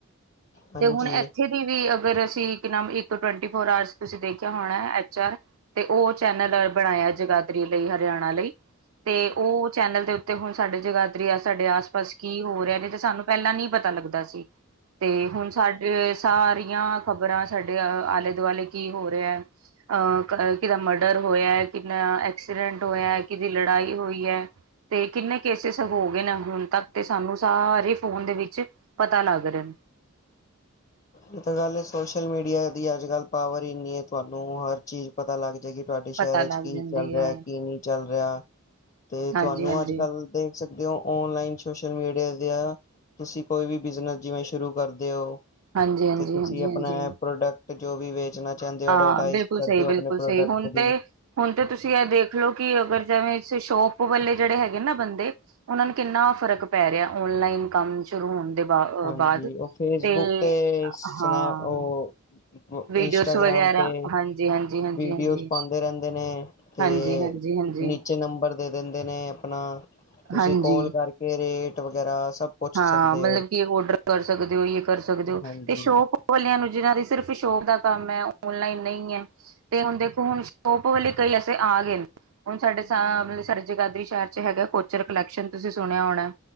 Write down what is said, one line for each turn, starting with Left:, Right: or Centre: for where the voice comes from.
Left: ਹਾਂਜੀ,
Right: ਤੇ ਹੁਣ ਇੱਥੇ ਵੀ ਅਗਰ ਅਸੀਂ, ਕੀ ਨਾਮ, ਇੱਕ ਟਵੰਟੀ ਫੋਰ ਆਰਸ ਤੁਸੀਂ ਦੇਖਿਆ ਹੋਣਾ ਐਚ- ਆਰ ਤੇ ਉਹ ਚੈਨਲ ਬਣਾਇਆ, ਜਗਾਦਰੀ ਲਈ ਹਰਿਆਣਾ ਲਈ ਤੇ ਉਹ ਚੈਨਲ ਦੇ ਉੱਤੇ, ਹੁਣ ਸਾਡੇ ਜਗਾਦਰੀ ਸਾਡੇ ਆਸ ਪਾਸ ਕੀ ਹੋ ਰਿਹਾ ਤੇ ਸਾਨੂੰ ਪਹਿਲਾਂ, ਨੀ ਤਾ ਲੱਗਦਾ ਸੀ। ਤੇ ਹੁਣ ਸਾਡੇ, ਸਾਰੀਆਂ ਖ਼ਬਰਾਂ ਸਾਡੇ ਅ ਆਲੇ ਦੁਆਲੇ ਕੀ ਹੋ ਰਿਹਾ। ਅ ਕਿਦਾ ਮਰਡਰ ਹੋਇਆ ਹੈ? ਕਿਨਾ ਐਕਸੀਡੈਂਟ ਹੋਇਆ ਹੈ? ਕਿਦੀ ਲੜਾਈ ਹੋਈ ਹੈ? ਤੇ ਕਿੰਨੇ ਕੇਸਿਸ ਹੋ ਗਏ ਨੇ, ਹੁਣ ਤੱਕ ਤੇ ਸਾਨੂੰ ਸਾਰੇ ਫੋਨ ਦੇ ਵਿੱਚ, ਪਤਾ ਲੱਗ ਰਿਹਾ
Left: ਇਹ ਤਾਂ ਗੱਲ ਸੋਸ਼ਲ ਮੀਡੀਆ ਦੀ ਅੱਜ -ਕੱਲ ਪਾਵਰ ਇੰਨੀ ਐ, ਤੁਹਾਨੂੰ ਹਰ ਚੀਜ਼ ਪਤਾ ਲੱਗ ਜਾਏਗੀ। ਤੁਹਾਡੇ
Right: ਪਤਾ
Left: ਸ਼ਹਿਰ ਵਿੱਚ
Right: ਲੱਗ
Left: ਕੀ
Right: ਜਾਂਦੀ
Left: ਚੱਲ ਰਿਹਾ,
Right: ਹੈ
Left: ਕੀ ਨਹੀਂ ਚੱਲ ਰਿਹਾ, ਤੇ
Right: ਹਾਂਜੀ
Left: ਤੁਹਾਨੂੰ
Right: ਹਾਂਜੀ
Left: ਅੱਜ- ਕੱਲ ਦੇ ਸਕਦੇ ਹੋ, ਔਨਲਾਈਨ ਸੋਸ਼ਲ ਮੀਡੀਆ ਦੀਆਂ ਤੁਸੀਂ ਕੋਈ ਵੀ ਬਿਜਨਸ ਜਿਵੇਂ ਸ਼ੁਰੂ ਕਰਦੇ ਹੋ।
Right: ਹਾਂਜੀ ਹਾਂਜੀ
Left: ਤੇ ਤੁਸੀਂ,
Right: ਹਾਂਜੀ
Left: ਆਪਣਾ
Right: ਹਾਂਜੀ
Left: ਪ੍ਰੋਡਕਟ ਜੋ ਵੀ ਵੇਚਣਾ ਚਾਹੁੰਦੇ ਹੋ
Right: ਹਾਂ,
Left: ਐਡਵਰਟਾਈਜ਼
Right: ਬਿਲਕੁਲ
Left: ਕਰਦੇ
Right: ਸਹੀ-
Left: ਹੋ
Right: ਬਿਲਕੁਲ
Left: ਆਪਣੇ ਪ੍ਰੋਡਕਟ
Right: ਸਹੀ, ਹੁਣ
Left: ਦੀ।
Right: ਤੇ ਹੁਣ ਤਾਂ, ਤੁਸੀਂ ਐ ਦੇਖ ਲਓ ਕਿ, ਅਗਰ ਜਿਵੇਂ ਸ਼ੋਪ ਵਾਲੇ ਜਿਹੜੇ ਹੈਗੇ ਨਾ, ਬੰਦੇ ਉਹਨਾਂ ਨੂੰ ਕਿੰਨਾ ਫ਼ਰਕ ਪੈ ਰਿਹਾ, ਔਨਲਾਈਨ ਕੰਮ ਸ਼ੁਰੂ ਹੋਣ ਦੇ ਬਾਅਦ
Left: ਹਾਂਜੀ, ਉਹ ਫੇਸਬੁੱਕ
Right: ਤੇ
Left: ਤੇ ਸਨੈਪ
Right: ਹਾਂ
Left: ਉਹ
Right: ਵੀਡੀਓਜ਼
Left: ਇੰਸਟਾਗ੍ਰਾਮ,
Right: ਵਗੈਰਾ
Left: ਤੇ
Right: ਹਾਂਜੀ ਹਾਂਜੀ ਹਾਂਜੀ
Left: ਵੀਡੀਓਜ਼
Right: ਹਾਂਜੀ
Left: ਪਾਉਂਦੇ ਰਹਿੰਦੇ ਨੇ ਤੇ,
Right: ਹਾਂਜੀ ਹਾਂਜੀ ਹਾਂਜੀ
Left: ਨੀਚੇ ਨੰਬਰ ਦੇ ਦਿੰਦੇ ਨੇ ਆਪਣਾ, ਤੁਸੀਂ
Right: ਹਾਂਜੀ
Left: ਕੋਲ ਕਰਕੇ ਰੇਟ ਵਗੈਰਾ ਸਭ ਪੁੱਛ
Right: ਹਾਂ,
Left: ਸਕਦੇ
Right: ਮਤਲਬ
Left: ਹੋ
Right: ਕਿ ਔਡਰ ਕਰ ਸਕਦੇ ਓ, ਯੇ ਕਰ ਸਕਦੇ ਓ,
Left: ਹਾਂਜੀ
Right: ਤੇ ਸ਼ੋਪ ਔਨਲਾਈਨ ਜਿਹਨਾਂ ਦੀ ਸਿਰਫ਼ ਸ਼ੋਪ ਦਾ ਕੰਮ ਹੈ, ਔਨਲਾਈਨ ਨਈ ਐ। ਤੇ ਹੁਨ ਦੇਖੋ, ਹੁਨ ਸ਼ੋਪ ਵਾਲੇ ਕਈ ਐਸੇ ਆ ਗਏ ਨ। ਹੁਣ ਸਾਡੇ ਸ ਮਤਲਬ ਸਾਡੇ ਜਗਾਦਰੀ ਸ਼ਹਿਰ 'ਚ ਹੈਗਾ 'ਕੋਚਰ ਕਲੈਕਸ਼ਨ' ਤੁਸੀਂ ਸੁਣਿਆ ਹੋਣਾ